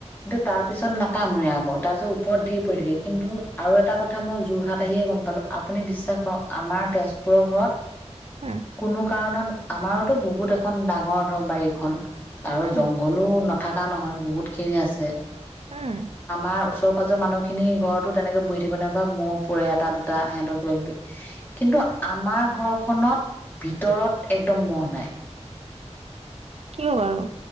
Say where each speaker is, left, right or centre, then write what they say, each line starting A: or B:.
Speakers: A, on the left; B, on the right.
A: তাপিছত ন কামোৰে আকৌ। তাৰপিছত ওপৰত ধেৰ পৰি থাকে কিন্তু আৰু এটা কথা মই যোৰহাট আহিয়ে গম পালো, আপুনি বিশ্বাস কৰক আমাৰ তেজপুৰৰ ঘৰত
B: উম
A: কোনো কাৰণত আমাৰ বহুত এখন ডাঙৰ ধৰক বাৰীখন। আৰু
B: উম
A: জংঘলো নাথাক কা নহয় বহুত খিনি আছে।
B: উম
A: আ, ওচৰ পাজৰ মানুহখিনি ঘৰতো তেনেকে বহি থাকিব নোৱাৰে বা ম'হ পৰে এটা দুটা সেতৰ কিবা কিবি। কিন্তু আমাৰ ঘৰখনত ভিতৰত একদম ম'হ নাই।
B: কিয় বাৰু?